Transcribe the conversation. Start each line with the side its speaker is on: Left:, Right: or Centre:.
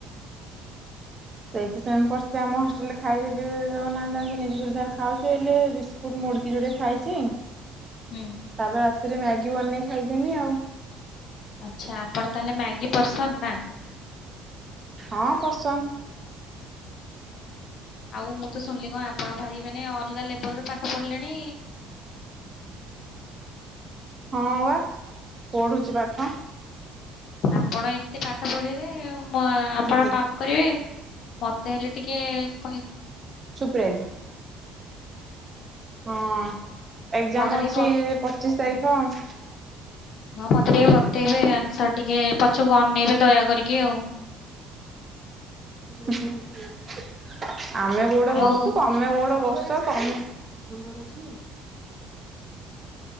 Right: ସେଇ ତ ସେମ୍ ପରିସ୍ଥିତି ଆମ ହଷ୍ଟେଲରେ ଖାଇଦେବେ ଦଉନାହାଁନ୍ତି ନିଜ ସୁବିଧାରେ ଖାଉଛୁ ଏଇଲେ ବିସ୍କୁଟ ମୁଡକି ଯୋଡେ ଖାଇଛି।
Left: ହୁଁ
Right: ତାପରେ ତିରେ ମ୍ୟାଗି ବନେଇ ଖାଇଦେମି ଆଉ
Left: ଆଚ୍ଛା ଆପଣ ତାହେଲେ ମ୍ୟାଗି ପର୍ସନ ନା
Right: ହଁ ପସନ୍ଦ
Left: ଆଉ ମୁଁ ତ ଶୁଣିଲି କଣ ଆପଣ ଭାରି ମାନେ ଅଲଗା ଲେବଲରେ ପାଠ ପଢିଲେଣି
Right: ହଁ ବା ପଢୁଛି ପାଠ
Left: ଆପଣ ଏ ଏତେ ପାଠ ପଢିଲେ ଆଉ ଆପଣ
Right: ଦିଦି
Left: ଟପ୍ କରିବେ ମତେ ହେଲେ ଟିକେ କହି
Right: ଚୁପ ରହିବି ହଁ। ଏଗଜାମ୍
Left: ମତେ
Right: ଅଛି
Left: ଟିକେ ବ
Right: ପଚିଶ
Left: ହୁଁ।
Right: ତାରିଖ ଆଉ
Left: ହଁ ମୋତ ଟିକେ ବତେଇବେ ଆ ସାର୍ ଟିକେ ପଛୁକୁ ଅନେଇବେ ଦୟା କରିକି ଆଉ
Right: <inaudible> ଆମେ କୋଉଠେ
Left: ଆଉ
Right: ବସଛୁ ତମେ କୋଉଠେ ବସ ତ ତମେ ନମ୍ବର ଅଛି?